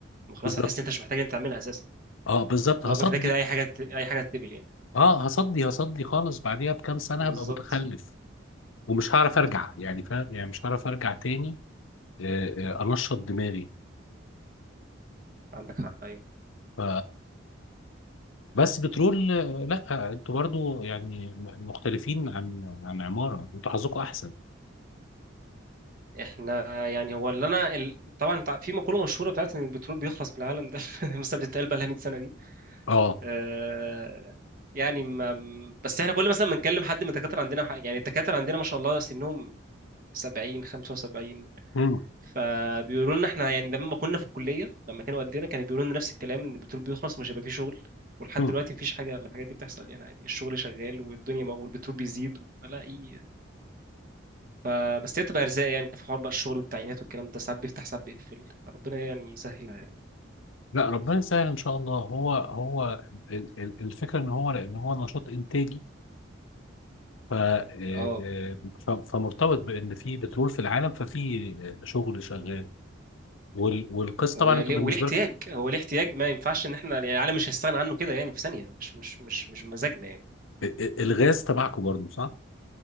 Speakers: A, on the right; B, on the left.
A: ما خلاص
B: بالظبط
A: هتحس إن أنت مش محتاج إن أنت تعملها أساسا
B: اه بالظبط
A: طالما
B: هصدي
A: كده كده أي حاجة ت... أي حاجة تتقبل يعني
B: اه هصدي هصدي خالص بعديها بكام سنة
A: بالظبط
B: هبقى متخلف ومش هعرف أرجع يعني فاهم يعني مش هعرف أرجع تاني آه، آه، أنشط دماغي
A: عندك حق أيوه
B: ف... بس بترول آه، لا انتوا برضو يعني مختلفين عن عن عمارة انتوا حظكم أحسن
A: احنا يعني هو اللي انا ال... طبعا تع- في مقوله مشهوره بتاعت ان البترول بيخلص من العالم ده <laughs> مثلا بتتقال بقى لها 100 سنه دي
B: اه
A: آه، يعني ما... بس احنا كل مثلا ما نكلم حد من الدكاتره عندنا ح- يعني الدكاتره عندنا ما شاء الله سنهم 70 75
B: مم.
A: فبيقولوا لنا احنا يعني لما كنا في الكليه لما كانوا قدنا كانوا بيقولوا لنا نفس الكلام ان البترول بيخلص مش هيبقى فيه شغل ولحد
B: مم.
A: دلوقتي مفيش حاجه من الحاجات دي بتحصل يعني عادي الشغل شغال والدنيا م... والبترول بيزيد ولا اي فبس هي بتبقى ارزاق يعني في حوار بقى الشغل والتعيينات والكلام ده ساعات بيفتح ساعات بيقفل ربنا يعني يسهلها يعني
B: لا ربنا يسهل ان شاء الله هو هو ال- ال- الفكره ان هو لان هو نشاط انتاجي ف آه،
A: اه
B: آه، ف- فمرتبط بان في بترول في العالم ففي شغل شغال وال- والقصه
A: وليه
B: طبعا انتوا بالنسبه
A: وليه احتياج
B: لكم
A: هو ليه احتياج ما ينفعش ان احنا يعني العالم مش هيستغنى عنه كده يعني في ثانيه مش مش مش مش بمزاجنا يعني
B: ال- الغاز تبعكم برضه صح؟